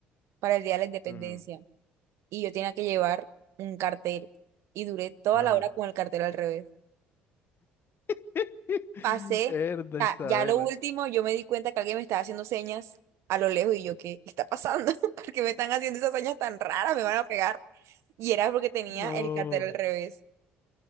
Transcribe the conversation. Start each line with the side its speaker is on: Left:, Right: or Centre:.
Right: para el Día de la Independencia.
Left: Ujú.
Right: Y yo tenía que llevar un cartel. Y duré toda
Left: Ajá.
Right: la hora con el cartel al revés.
Left: <laughs>
Right: pasé,
Left: Herda
Right: ya,
Left: Isabela.
Right: ya lo último, yo me di cuenta que alguien me estaba haciendo señas a lo lejos y yo, ¿qué está pasando? <laughs> ¿Por qué me están haciendo esas señas tan raras? Me van a pegar. Y era porque tenía
Left: No.
Right: el cartel al revés.